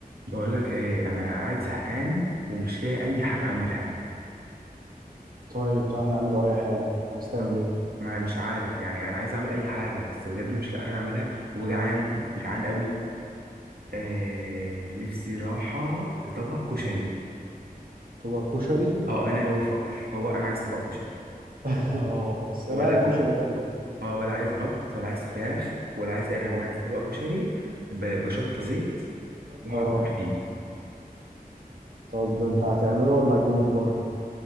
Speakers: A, on the right (about 85°); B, on the right (about 70°).
A: بقول لك ايه انا قاعد زهقان ومش لاقي اي حاجه اعملها
B: طيب تعالى نعمله اي حاجه عايز تعمل
A: طب
B: ايه
A: ما مش عارف يعني انا عايز اعمل اي حاجه بس بجد مش لاقي حاجه اعملها وجعان جعان قوي آه نفسي راحه لطبق كشري
B: طبق كشري
A: اه انا غاوي فقر هو انا عايز طبق كشري
B: <laughs> اه بس
A: ولا
B: لا الكشري حلو
A: اه ولا عايز بط ولا عايز فراخ ولا عايز اي حاجه
B: اه
A: انا عايز طبق كشري ب- بشطه زيت واقعد
B: اه
A: اكل فيه
B: طب ده انت هتعمله ولا هتجيبه من بره